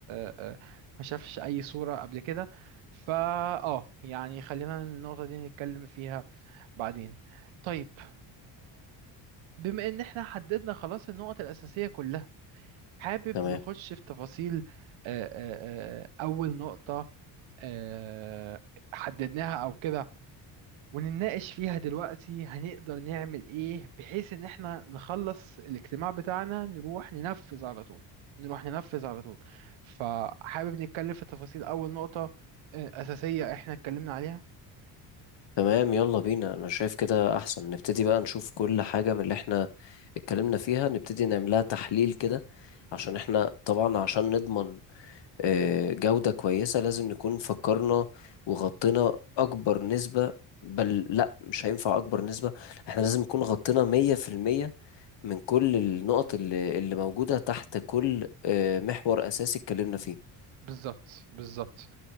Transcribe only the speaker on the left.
تمام
تمام يلا بينا انا شايف كده احسن نبتدي بقى نشوف كل حاجة من اللي احنا اتكلمنا فيها نبتدي نعملها تحليل كده عشان احنا طبعا عشان نضمن آه، جودة كويسة لازم نكون فكرنا وغطينا اكبر نسبة بل لا مش هينفع اكبر نسبة احنا لازم نكون غطينا مية في المية من كل النقط اللي اللي موجودة تحت كل آه، محور اساسي اتكلمنا فيه